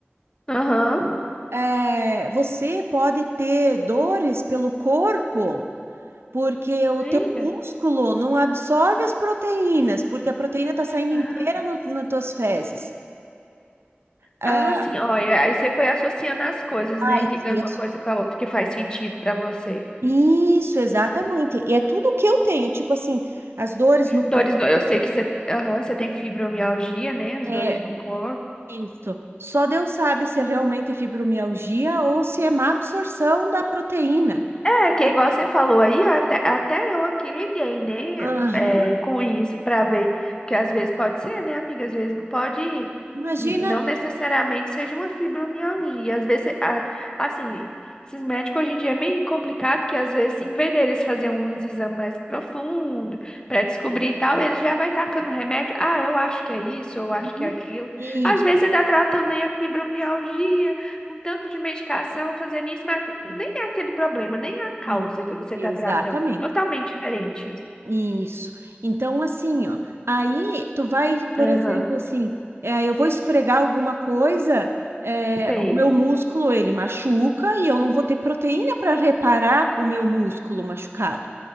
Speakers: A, on the left; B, on the right.
A: Aham.
B: É, você pode ter dores pelo corpo, porque o
A: Eita.
B: teu músculo não absorve as proteínas, porque a proteína está saindo
A: Ah.
B: inteira no, nas tuas fezes. Ah,
A: Ah, sim, olha, aí você foi associando as coisas,
B: aí
A: né? Ligando
B: fui
A: uma coisa com a outra que faz sentido pra você.
B: Isso, exatamente. E é tudo que eu tenho, tipo assim, as dores no
A: Dores,
B: corpo,
A: no- eu sei que você, aham, você tem fibromialgia, né? As
B: é
A: dores no corpo.
B: isso. Só Deus sabe se é realmente é fibromialgia ou se é má absorção da proteína.
A: É, que
B: Porque,
A: igual você falou aí, eu até, até eu aqui liguei, né,
B: aham,
A: é, com isso pra ver, porque às vezes pode ser, né, amiga, às vezes não pode,
B: imagina.
A: não necessariamente seja uma fibromialgia, às vezes, a- assim, esses médicos hoje em dia é meio complicado, que às vezes, em vez deles fazer uns exames mais profundos pra descobrir e tal, eles já vai tacando remédio, ah, eu acho que é isso, eu acho
B: Uhum.
A: que é aquilo,
B: Isso,
A: às vezes você tá tratando aí a fibromialgia, com tanto de medicação fazendo isso, mas nem é aquele problema, nem é a causa
B: isso,
A: que você
B: exatamente.
A: está tratando. Totalmente diferente.
B: Isso. Então, assim, ó, aí tu vai, por
A: Aham,
B: exemplo, assim, é, eu vou esfregar alguma coisa, é,
A: sei.
B: o meu músculo ele machuca e eu não vou ter proteína para reparar o meu músculo machucado,